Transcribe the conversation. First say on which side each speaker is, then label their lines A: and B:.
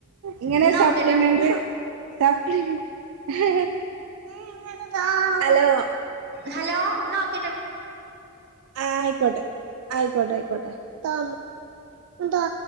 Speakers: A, on the right (about 70°); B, on the right (about 50°).
A: ഇങ്ങനെ
B: എന്നാ
A: സപ്ലിമെന്റ്
B: ഓക്കേട്ടോ
A: സപ നീ എങ്ങോടുത്ത ഹലോ
B: ഹലോ ന
A: ആ ആയിക്കോട്ടെ ആയിക്കോട്ടെ താ താ